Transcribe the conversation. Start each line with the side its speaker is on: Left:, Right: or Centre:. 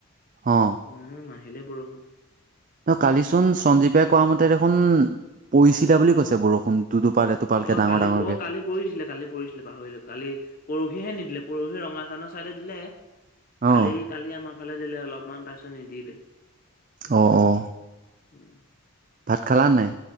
Right: অ
Left: না নাহিলে বৰষুণ।
Right: কালিচোন সঞ্জীৱে কোৱা মতে দেখোন পৰিছিলা বুলি কৈছে বৰষুণ। দুটোপাল এটোপালকে
Left: অ'
Right: ডাঙৰ
Left: কালি
Right: ডাঙৰকে
Left: অ' কালি পৰিছিলে, কালি পৰিছিলে পাহৰিলোঁ কালি পৰহিহে নিদিলে, পৰহি ৰঙা চানৰ ছাইডে দিলে,
Right: অ
Left: কালি কালি আমাৰ ফালে দিলে অলপমান তাৰপিছত নিদিলে।
Right: অ', অ'।
Left: উম।
Right: ভাত খালা নে নাই?